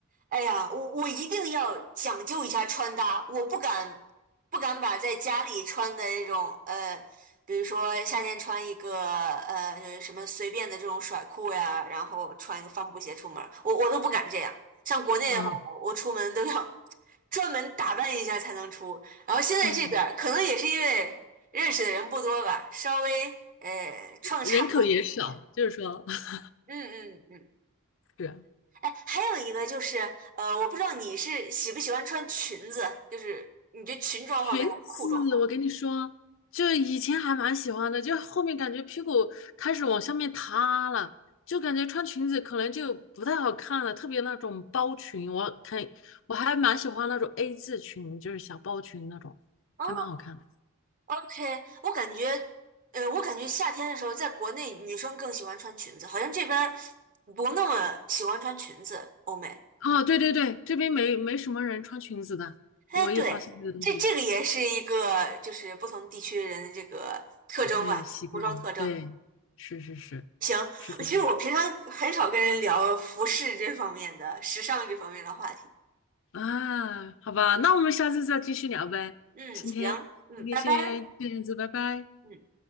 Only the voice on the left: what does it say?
嗯，
对，
人口也少，就是说。<laughs>
是。
裙子，我跟你说，就以前还蛮喜欢的，就后面感觉屁股开始往下面塌了，就感觉穿裙子可能就不太好看了，特别那种包裙，我看我还蛮喜欢那种 A 字裙，就是小包裙那种，
还蛮好看的。
啊，对对对，这边没没什么人穿裙子的，
我也发现这个东西，
对，习惯了，
对，是是是，
是这样。
啊，好吧，那我们下次再继续聊呗。
今天今天先这样子，
拜拜。